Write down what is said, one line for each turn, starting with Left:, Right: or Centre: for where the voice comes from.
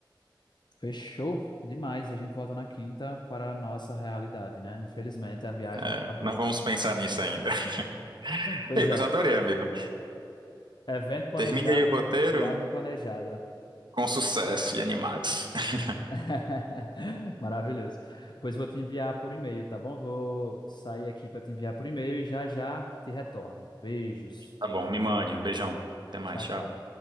Left: Fechou demais. E a gente volta na quinta para a nossa realidade, né? Infelizmente a viagem
Right: É,
Left: acabou.
Right: não vamos pensar nisso ainda. <laughs>
Left: Pois
Right: Ei, pois
Left: é,
Right: adorei, amigo.
Left: evento planejado,
Right: Termine aí o roteiro
Left: viagem planejada.
Right: com sucesso e animados. <laughs>
Left: <laughs> Maravilhoso. Pois vou te enviar por e-mail, tá bom? Vou sair aqui para te enviar por e-mail e já já te retorno. Beijos.
Right: Tá bom, me mande. Um beijão. Até mais,
Left: Tchau,
Right: tchau.
Left: tchau.